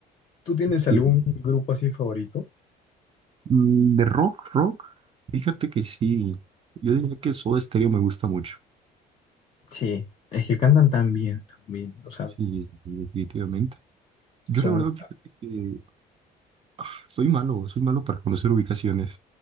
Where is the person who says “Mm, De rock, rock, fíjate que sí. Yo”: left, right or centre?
Right